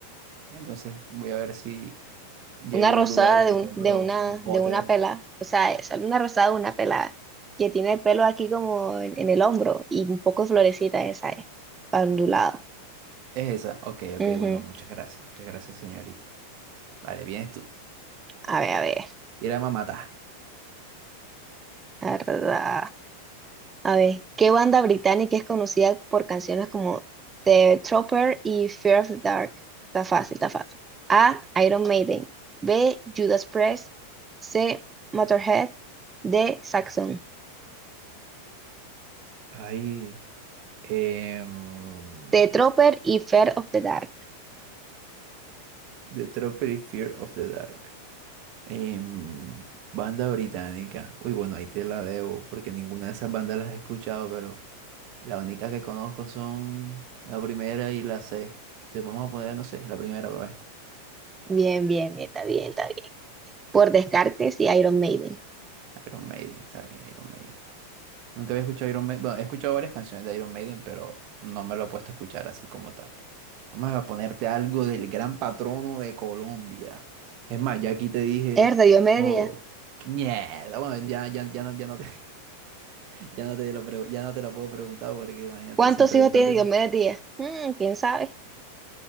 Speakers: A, on the right; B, on the right.
A: entonces voy a ver si llego
B: Una rosada
A: a un lugar y me
B: de, un,
A: compro
B: de una,
A: un pote
B: de una
A: de
B: pelada.
A: eso.
B: O sea, es una rosada de una pelada que tiene el pelo aquí como en, en el hombro y un poco florecita esa es, ondulado.
A: ¿Es esa? Ok, ok,
B: Ujú.
A: bueno, muchas gracias, muchas gracias, señorita. Vale, vienes tú.
B: A ver, a ver,
A: Tira mamata.
B: a ver, a ver, ¿qué banda británica es conocida por canciones como The Trooper y Fear of the Dark? Está fácil, está fácil. A, Iron Maiden. B, Judas Priest. C, Motorhead. D, Saxon.
A: Ay, em,
B: The Trooper y Fear of the Dark.
A: The Tropic Fear of the Dark. Em, banda británica. Uy, bueno, ahí te la debo, porque ninguna de esas bandas las he escuchado, pero las únicas que conozco son la primera y la C. Entonces vamos a poner, no sé, la primera, para ver.
B: Bien, bien, bien, está bien, está bien. Por Descartes y Iron Maiden.
A: Iron Maiden, ¿sabes? Iron Maiden. Nunca había escuchado Iron Maiden. Bueno, he escuchado varias canciones de Iron Maiden, pero no me lo he puesto a escuchar así como tal. Vamos a ponerte algo del gran patrono de Colombia. Es más, ya aquí te dije
B: Es de Diomedes
A: todo.
B: Díaz.
A: Mierda, bueno, ya, ya, ya no, ya no te. <laughs> Ya no te lo, pregu- ya no te lo puedo preguntar porque imagínate
B: ¿Cuántos
A: sin preguntártelo
B: hijos tiene Diomedes Díaz? Mm, quién sabe.